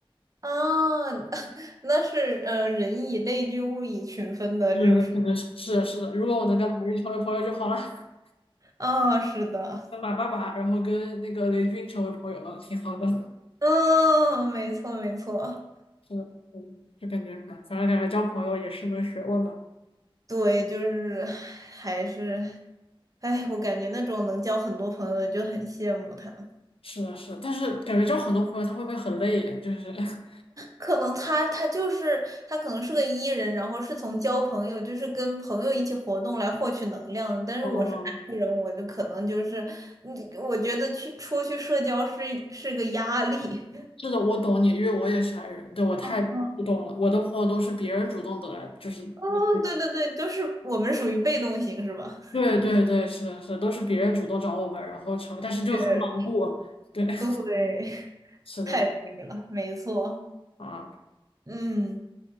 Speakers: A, on the right; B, on the left.
A: 啊。<laughs> 那是呃，人以类聚，物以群分的就是
B: 是的可能是是的，是的。如果我能跟马云成为朋友就好了，<laughs>
A: 啊，是的，
B: 跟马爸爸，然后跟那个雷军成为朋友了，挺好的。
A: 嗯，没错，没错。
B: 是的，嗯，就感觉哎，反正感觉交朋友也是门学问吧。
A: 对，就是还是，哎，我感觉那种能交很多朋友的就很羡慕他们。
B: 是的，是的，但是感觉交很多朋友他会不会很累呀？就是，<laughs>
A: 可能他他就是他可能是个 E 人，然后是从交朋友，就是跟朋友一起活动来获取能量的。但是我是
B: 哦
A: I 人，我就可能就是，嗯我觉得去出去社交是是个压力。
B: 是的，我懂你，因为我也是 i 人，对，我太不懂了。
A: <laughs>
B: 我的朋友都是别人主动得来，就是你，
A: 哦，对对对，就是我们属于被动型是吧？
B: 对对对，是的，是的，都是别人主动找我们，然后成，但是就很牢固，
A: 对，
B: 对，<laughs>
A: 对，<laughs>
B: 是的，
A: 太对了，
B: 是的
A: 没错。
B: 啊，
A: 嗯，